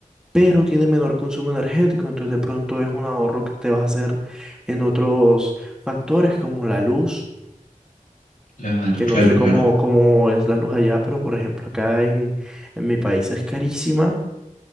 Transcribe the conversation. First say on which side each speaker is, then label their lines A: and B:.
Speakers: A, in the centre; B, on the left.
A: pero tiene menor consumo energético. Entonces de pronto es un ahorro que te va a hacer en otros factores como la luz,
B: Claro,
A: que
B: claro,
A: no sé
B: claro.
A: cómo, cómo es la luz allá, pero por ejemplo acá en, en mi país es carísima.